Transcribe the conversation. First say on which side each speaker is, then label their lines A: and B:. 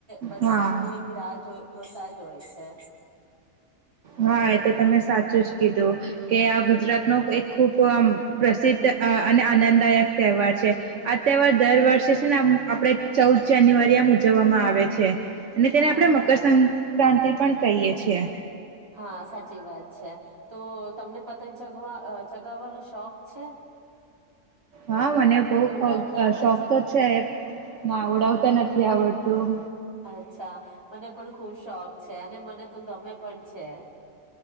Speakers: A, on the right; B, on the right.
A: બધા
B: હા
A: લોકો એની રાહ જો જોતા જ હોય છે
B: હા એ તો તમે સાચું જ કીધું કે ગુજરાત ન એક ખૂબ પ્રસિદ્ધ અને આનંદદાયક તહેવાર છે આ તહેવાર દર વર્ષે છે ને આ આપણે ચૌદ જાન્યુઆરી આમ ઉજવવામાં આવે છે અને તેને
A: હા
B: આપણેે મકર સંક્રાંતિ પણ કહીએ છીએ
A: હા સાચી વાત છે તો તમને પતંગ ચગ ચગાવવાનો શોખ છે
B: હા મને
A: તમને
B: બહ
A: ઉડાડતા આવડે
B: શોખ તો છે એ ના
A: હમ
B: ઉડાવતા
A: હમ
B: નથી આવડતું
A: અચ્છા મને પણ ખુબ શોખ છે અને મને તો ગમે પણ છે